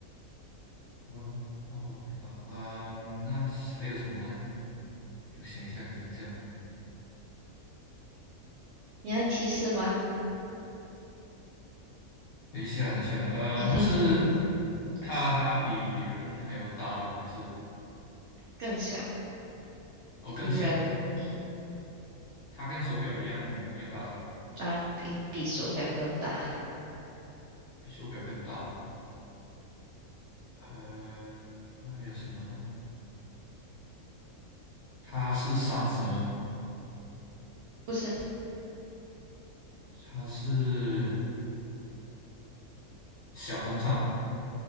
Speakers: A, on the left; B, on the right.
A: 嗯，Oh my God，啊、那还有什么呢？给我想一下，给我想一下，
B: 你要提示吗？<laughs>
A: 等一下，等一下，呃，
B: 嗯哼哼，
A: 那是它它比人还要大的吗？还是
B: 更小，
A: 哦更小？
B: 比人，嗯
A: 它跟手表一样一样大小吗？
B: 啊，比比手表更大。
A: 比手表更大。呃，那还有什么呢？它是扇子吗？
B: <laughs> 不是。
A: 它是小风扇。